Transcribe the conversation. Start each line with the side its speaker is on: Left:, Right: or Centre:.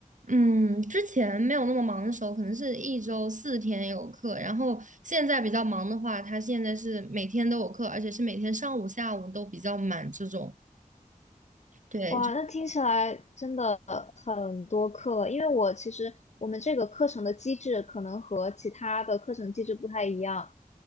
Right: 嗯，之前没有那么忙的时候，可能是一周四天有课，然后现在比较忙的话，他现在是每天都有课，而且是每天上午、下午都比较满这种。对，
Left: 哇，那听起来真的很多课了，因为我其实我们这个课程的机制可能和其他的课程机制不太一样，